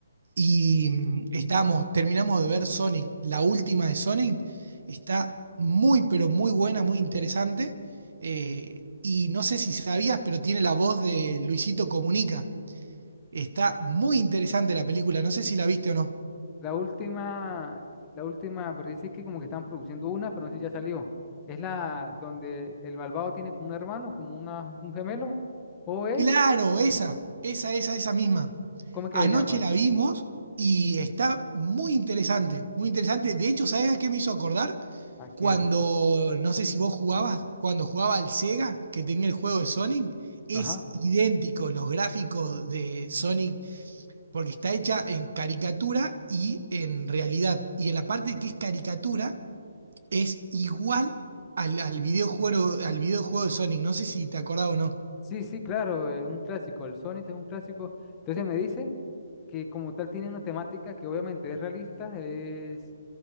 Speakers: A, on the right; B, on the left.
A: y mm, estábamos, terminamos de ver Sonic, la última de Sonic, está muy pero muy buena, muy interesante eh, y no sé si sabías, pero tiene la voz de Luisito Comunica. Está muy interesante la película, no sé si la viste o no.
B: La última, la última, porque dice que como que están produciendo una, pero no sé si ya salió. Es la donde el malvado tiene como un hermano, como una, un gemelo, o es,
A: Claro, esa, esa, esa, esa misma.
B: ¿cómo es que
A: Anoche
B: se llama?
A: la vimos y está muy interesante, muy interesante. De hecho, ¿sabes a qué me hizo acordar?
B: ¿A quién?
A: Cuando, no sé si vos jugabas, cuando jugaba al Sega, que tenía el juego de Sonic, es
B: ajá
A: idéntico los gráficos de Sonic, porque está hecha en caricatura y en realidad. Y en la parte que es caricatura, es igual al, al videojuego, al videojuego de Sonic. No sé si te acordás o no.
B: Sí, sí, claro, es un clásico, el Sonic es un clásico. Entonces me dice que como tal tiene una temática que obviamente es realista, es